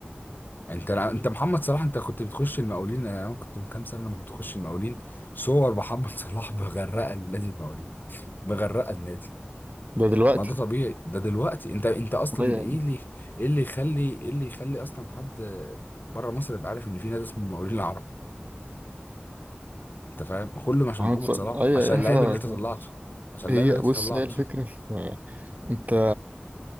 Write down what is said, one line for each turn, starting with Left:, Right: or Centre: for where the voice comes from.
Left: انت انت محمد صلاح انت كنت بتخش المقاولين انا كنت من كام سنة لما كنت اخش المقاولين صور محمد <laughs> صلاح مغرقة النادي المقاولين مغرقة النادي
Right: ده دلوقتي
Left: ما ده طبيعي ده دلوقتي انت انت اصلا
Right: أيوة
Left: ايه
Right: يعني
Left: اللي ايه اللي يخلي ايه اللي يخلي اصلا حد بره مصر يبقى عارف ان في نادي اسمه المقاولين العرب انت فاهم كله عشان
Right: محمد
Left: محمد
Right: صلاح
Left: صلاح
Right: أيوة
Left: عشان
Right: أيوة
Left: اللعيب
Right: <laughs> فاهمك.
Left: اللي انت طلعته عشان اللعيب
Right: هي
Left: اللي انت
Right: بص
Left: طلعته
Right: هي الفكرة في أنت